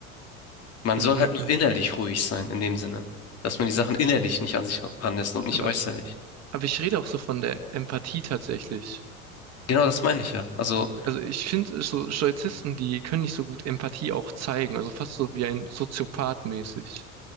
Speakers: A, on the left; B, on the right.
A: Man
B: mhm,
A: soll halt nur
B: mhm.
A: innerlich ruhig sein, in dem Sinne, dass man die Sachen innerlich nicht an sich ranlässt und nicht
B: Aber,
A: äußerlich.
B: aber ich rede auch so von der Empathie tatsächlich.
A: Genau, das meine ich ja. Also,
B: Also ich finde so Stoizisten, die können nicht so gut Empathie auch zeigen, also fast so wie ein Soziopath mäßig.